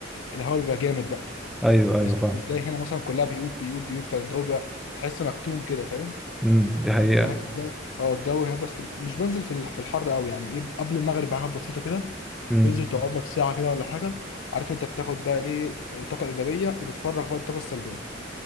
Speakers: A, on the left; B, in the centre.
A: الهواء بيبقى جامد بقى
B: أيوه أيوه
A: مش
B: فاهم
A: مش زي هنا مثلا كلها بيوت بيوت بيوت فالجو بيبقى تحس مكتوم كده فاهم
B: امم دي
A: لا
B: حقيقة
A: انت هناك الجو اه الجو هناك بس مش بنزل في ال- في الحر قوي يعني ايه قبل المغرب بحاجه بسيطه كده
B: امم
A: تنزل تقعد لك ساعه كده ولا حاجه عارف انت بتاخد بقى ايه طاقه ايجابيه وبتفرغ بقى الطاقه السلبيه